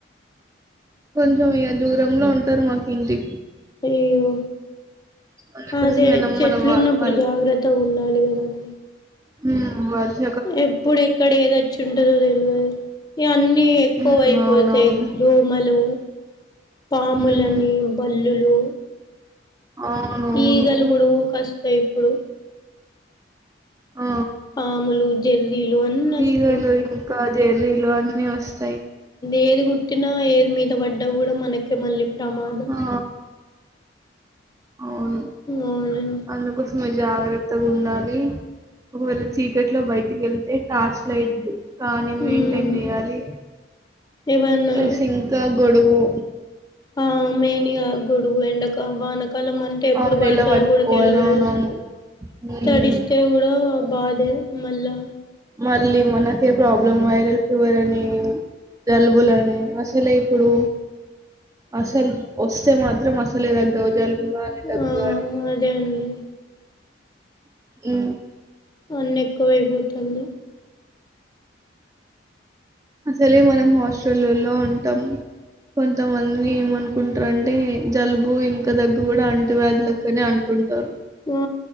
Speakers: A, on the right; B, on the left.
A: కొంచం ఇగ దూరంలో ఉంటారు మాకు ఇంటి
B: అయ్యయో
A: అందుకోసమేనా
B: అదే
A: మనం
B: చెట్లు
A: మన వా
B: ఉన్నప్పుడు
A: వాళ్ళ
B: జాగ్రత్తగ ఉండాలి కదండి
A: హు వర్ష
B: ఎప్పుడు ఎక్కడ ఏది వచ్చి ఉంటదో తెల్వదు ఇవన్నీ ఎక్కువ
A: హ్మ్.
B: అయిపోతాయి
A: అవునవును.
B: దోమలు పాములని
A: హ్మ్.
B: బల్లులు
A: అవునవును.
B: ఈగల గుడువు కష్ టయి ఇప్పుడు
A: ఆ
B: పాములు జర్రీలు అన్నీ వస్తయి
A: ఈగలు ఇంకా జెర్రీలు అన్నిీ వస్త
B: ఏది గుట్టినా ఏది మీద పడ్డా కూడ మనకే మళ్ళీ ప్రమాదం
A: ఆ అవును
B: అవునండి
A: అందుకు జాగ్రత్తగా ఉండాలి ఒకవేళ చీకట్లో బయటికి వెళ్తే టార్చ్ లైట్ కానీ మెయింటైన్
B: మ్మ్
A: చేయాలి
B: ఏవన్నా
A: ప్లస్ ఇంకా గొడుగు
B: ఆ మెయిన్ ఇగ గొడుగు ఎండ కా వానాకాలం అంటే ఎప్పుడు
A: అంబ్రెల్లా
B: పడుతదో
A: పట్టుకోవాలి.
B: కూడా తెలివదు
A: అవునవును. హ్మ్.
B: తడిస్తే కూడా బాదే మళ్ళా
A: మళ్ళీ మనకే ప్రాబ్లం వైరల్ ఫీవర్ అని జలుబులని అసలే ఇప్పుడు అసలు వస్తే మాత్రం అసలే తగ్గవు జలుబు గానీ దగ్గు
B: ఆ
A: గానీ
B: అదే అండి
A: ఊ
B: అన్నీ ఎక్కువ ఐపోతుంది
A: అసలే మనం హాస్టల్ లల్లో ఉంటాం కొంతమంది ఏమనుకుంటారంటే జలుబు ఇంకా దగ్గు కూడా అంటు వ్యాధుల క్కనే అనుకుంటారు
B: ఊ